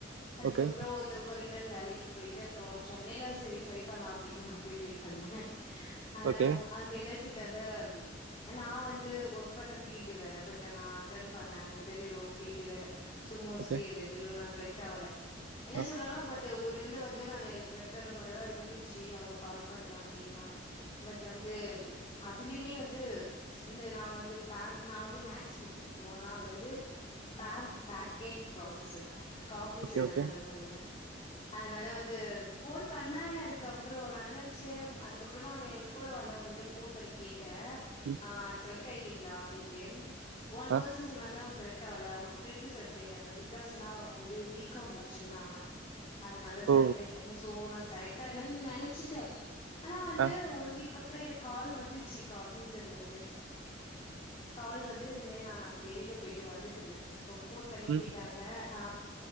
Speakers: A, on the left; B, on the right.
A: அதுக்கப்றோ
B: ஓகே
A: திரும்போ ரிட்டன் வேலைக்கு போயிட்டு அப்றோ சென்னைல சரி ட்ரை பண்லா அப்டினு அங்க போய் ட்ரை பண்ணே ஆனா
B: ஓகே
A: அங்க என்ன சொல்ட்டாங்க நா வந்து ஒர்க் பண்ண ஃபீல்டு வேற பட் நா அட்டன் பண்ண இன்டர்வியூ ஃபீல்டு வேற சோ மோஸ்ட்லி
B: ஓகே
A: அது எதுலயு நா செலக்ட் ஆவல என்ன
B: ஆ
A: சொல்றாங்க ப ட்டு ஒரு இதுல வந்து நானு செலக்ட் ஆற மாரிதா இருந்துச்சு அவுங்க கால் பண்றே அப்டின்னாங்க பட் வந்து அதுலுமே வந்து இந்த நாங்க வந்து பேங்க் நா வந்து மேக்ஸ் முடிச்சே சோ ஆனா அது வந்து பேங் க்கு பேக் என் ப்ராசஸ் அது காக்னிசட்ல
B: ஓகே ஓகே
A: தா ரன் பண்ணுந்த அதனால வந்து ஃபோன் பண்ணாங்க அதுக்கப்றோ நா என்ன நென்ச்சே அதுக்கப்றோ நானு கூட வந்தவுங்கள் ட்ட ஃபோன் பண்ணி கேட்டே
B: ம்
A: ஆ செலக்ட் ஆயிட்டீங்ளா அப்டின்ட்டு ஒன்
B: ஆ
A: பசன் சொன்னாங்க. அவுங் செல ட் ஆவல அவங்க ஃப்ரெண்டு செலக்ட் ஆயிட்டாங்க பிகாஸ் ஏன்னா அவுங்க வந்து பி காம் முடிச்சிருந்தாங்ளா அதுனாலா செலக்ட்
B: ஓ
A: ஆயிட்டாங்க சோ நா செலக்ட் ஆகலன் நெனைச்சுட்டே ஆனா வன்ட்டு
B: ஆ
A: ஒன் வீக் அப்பறோ எனக்கு கால் வந்துச்சு காக்னிசட்ல இருந்து கால் வந்து இது மாரி நானு அப்ப வெளில போயிட்டு வந்துட்டுந்தே அப்ப ஃபோன் பண்ணி
B: ம்
A: கேட்டாங்க ஆ